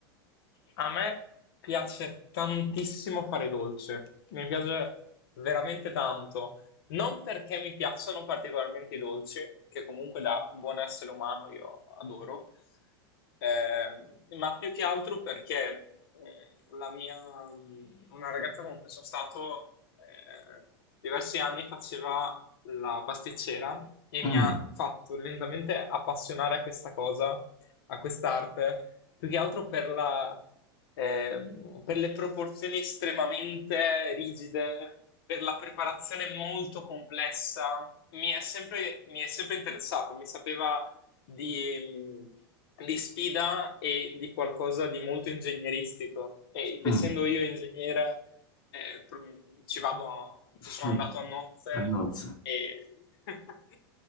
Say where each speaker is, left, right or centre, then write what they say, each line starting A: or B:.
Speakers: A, on the left; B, on the left.
A: A me piace tantissimo fare i dolci, mi piace veramente tanto. Non perché mi piacciono particolarmente i dolci, che comunque da buon essere umano io adoro, eh, ma più che altro perché eh, la mia, mm, una ragazza con cui sono stato eh, diversi anni faceva la pasticcera e
B: Mm,
A: mi ha fatto lentamente appassionare a questa cosa a quest'arte, più che altro per la, ehm, per le proporzioni estremamente rigide, per la preparazione molto complessa. Mi è sempre, mi è sempre interessato, mi sapeva di, di sfida e di qualcosa di molto ingegneristico. Ed
B: mm,
A: essendo io ingegnere, eh, pro- ci vado, ci
B: mm,
A: sono andato a nozze
B: a nozze.
A: e... <laughs>